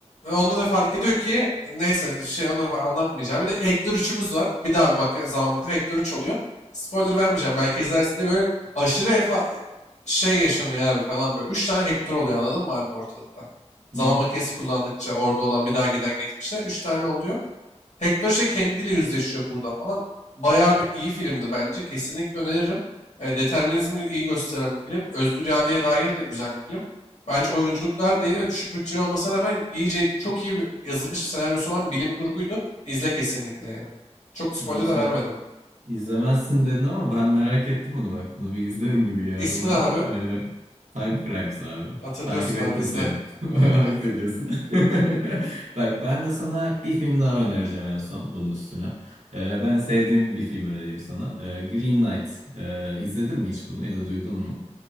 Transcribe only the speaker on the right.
Hı hı.
Abi sen
İzlemezsin dedin ama ben merak ettim onu bak. Bunu bir izlerim gibi geldi
bana.
Ee, Time Crimes abi.
Takip ettim
seni. <laughs>
Ayıp ediyorsun. <laughs> Bak ben de sana bir film daha önereceğim en son bunun üstüne. Ee, ben sevdiğim bir film önereyim sana. Ee, Green Knight. Ee, izledin mi hiç bunu ya da duydun mu?